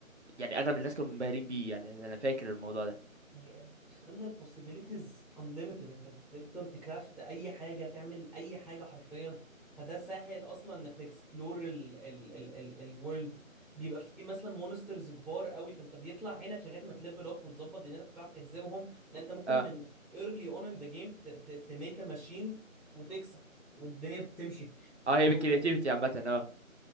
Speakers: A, on the right; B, in the centre.
A: يعني اغلب الناس كانوا منبهرين بيه يعني انا فاكر الموضوع ده
B: يعني خلى ال possibilities unlimited انت تقدر تكرافت اي حاجه تعمل اي حاجه حرفيا فده سهل اصلا انك تكسبلور ال ال ال ال الورلد بيبقى في مثلا مونسترز كبار قوي فانت بيطلع عينك لغايه ما تليفل اب وتظبط دنيتك وتعرف تهزمهم لان انت ممكن
A: اه
B: من early on in the game ت- ت- تميك a machine وتكسب والدنيا بتمشي
A: اه هي
B: فكان
A: بالكرياتيفيتي عامه اه